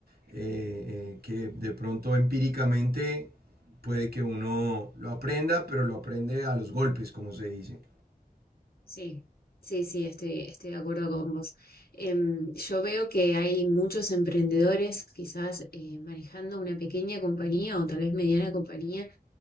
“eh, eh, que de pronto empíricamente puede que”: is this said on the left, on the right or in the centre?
Right